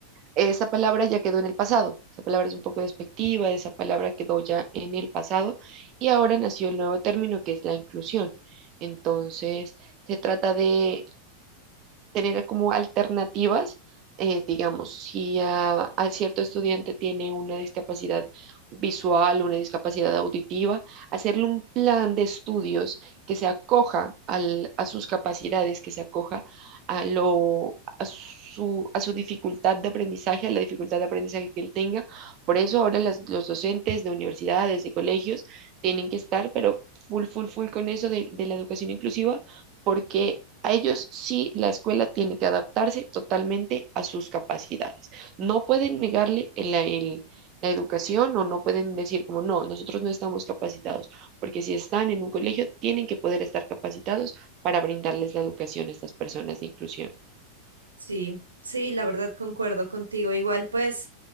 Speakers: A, on the right; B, on the right.
A: Esa palabra ya quedó en el pasado, esa palabra es un poco despectiva, esa palabra quedó ya en el pasado y ahora nació el nuevo término que es la inclusión. Entonces, se trata de tener como alternativas, eh, digamos, si a, a cierto estudiante tiene una discapacidad visual, una discapacidad auditiva, hacerle un plan de estudios que se acoja al- a sus capacidades, que se acoja a lo, a su, a su dificultad de aprendizaje, a la dificultad de aprendizaje que él tenga. Por eso ahora las- los docentes de universidades, de colegios, tienen que estar, pero full, full, full con eso de de la educación inclusiva porque a ellos sí la escuela tiene que adaptarse totalmente a sus capacidades. No pueden negarle el- el- la educación o no pueden decir como, no, nosotros no estamos capacitados, porque si están en un colegio, tienen que poder estar capacitados para brindarles la educación a estas personas de inclusión.
B: Sí, sí, la verdad concuerdo contigo. Igual, pues